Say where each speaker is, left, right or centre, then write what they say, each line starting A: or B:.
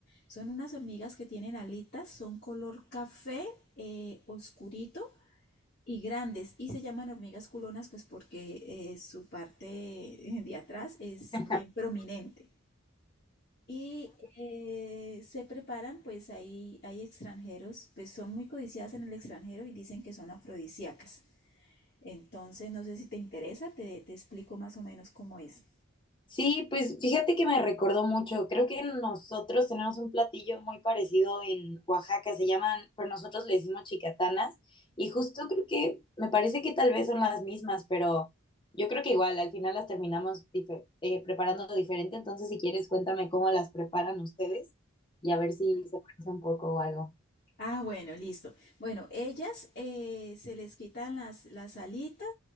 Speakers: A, on the left; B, on the left.
A: Son unas hormigas que tienen alitas, son color café eh, oscurito y grandes y se llaman hormigas culonas pues porque eh, su parte de atrás es
B: <laughs>
A: bien prominente. Y eh, se preparan, pues ahí hay extranjeros, pues son muy codiciadas en el extranjero y dicen que son afrodisíacas. Entonces, no sé si te interesa, te, te explico más o menos cómo es.
B: Sí, pues fíjate que me recordó mucho. Creo que nosotros tenemos un platillo muy parecido en Oaxaca, se llaman, pero nosotros le decimos chicatanas. Y justo creo que me parece que tal vez son las mismas, pero yo creo que igual al final las terminamos dife- eh, preparando diferente. Entonces, si quieres, cuéntame cómo las preparan ustedes y a ver si se parece un poco o algo.
A: Ah, bueno, listo. Bueno, ellas eh, se les quitan las, las alitas